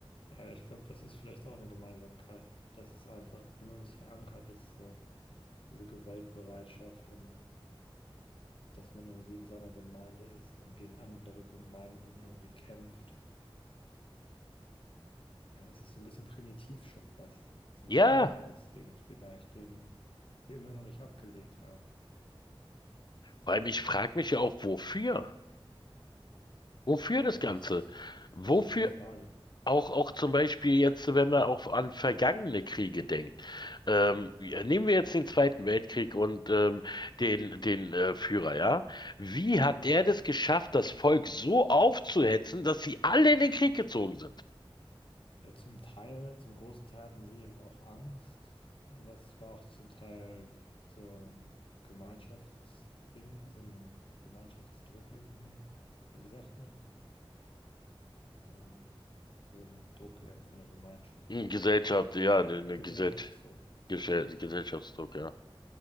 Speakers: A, on the left (about 65°); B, on the left (about 50°).
A: Ja, ich glaube, das ist vielleicht auch eine Gemeinsamkeit, dass es einfach in uns verankert ist, so diese Gewaltbereitschaft und dass man irgendwie in seiner Gemeinde ist und gegen andere Gemeinden irgendwie kämpft Ja, es ist so ein bisschen primitiv schon fast. So
B: Ja,
A: ein Urinstinkt vielleicht, den wir immer noch nicht abgelegt haben.
B: weil ich frage mich ja auch, wofür? Wofür das
A: Ja,
B: Ganze?
A: das,
B: Wofür
A: das ist eben die Frage.
B: auch, auch zum Beispiel jetzt, wenn man auch an vergangene Kriege denkt. Ähm, ja, nehmen wir jetzt den Zweiten Weltkrieg und ähm, den, den äh, Führer, ja? Wie
A: Mhm.
B: hat der das geschafft, das Volk so aufzuhetzen, dass sie alle in den Krieg gezogen sind?
A: Ja, zum Teil, zum großen Teil hatten sie eben auch Angst, aber es war auch zum Teil so ein Gemeinschaftsding, so ein Gemeinschaftsdruck irgendwie. Oder wie sagt man? Ähm, ja, so ein Druck eben von der Gemeinschaft.
B: Hm, Gesellschaft, ja, eine
A: Gesellschaftsdruck
B: Gesellschaft. Gesellschaftsdruck,
A: vielleicht.
B: ja